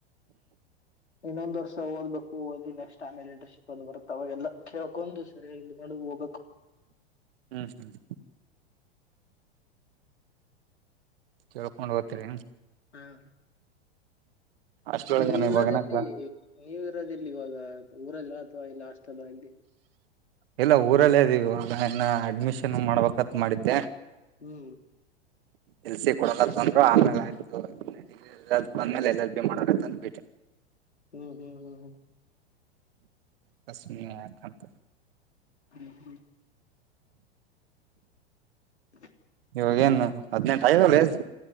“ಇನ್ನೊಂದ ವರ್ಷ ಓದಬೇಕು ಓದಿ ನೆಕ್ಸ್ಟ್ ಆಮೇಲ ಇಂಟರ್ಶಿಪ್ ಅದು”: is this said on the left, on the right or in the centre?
Left